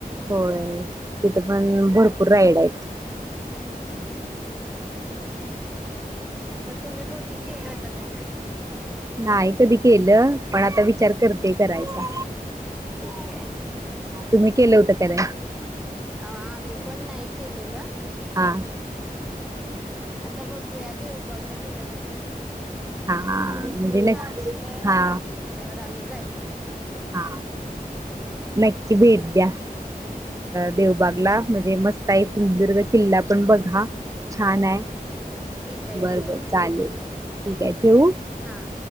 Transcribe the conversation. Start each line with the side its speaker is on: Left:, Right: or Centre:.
Right: होय तिथं पण भरपूर राईड आहेत
Centre: मग तुम्ही बोटिंग केलं होत त्यांना
Right: नाहीय कधी केलं पण आता विचार करते करायचा
Centre: ठीक आहे
Right: तुम्ही केलं होतं काराय
Centre: अ आम्ही पण नाही केलेलं
Right: हा
Centre: आता बघ या देव बागला गेल्यावर कराण न तुम
Right: हा
Centre: तुम्ही
Right: म्हणजे नक्की
Centre: सांगितलंय
Right: हा
Centre: म्हगितल्यावर आम्ही जाईना
Right: हा नक्की भेट द्या देवबागला म्हणजे मस्त आहे सुंदरग किल्ला पण बघा छान आहे
Centre: ठीक आहे
Right: बर
Centre: ठीक
Right: बर
Centre: आहे आम्ही
Right: चालेल
Centre: नक्की ब
Right: ठीक आहे ठेवू
Centre: हां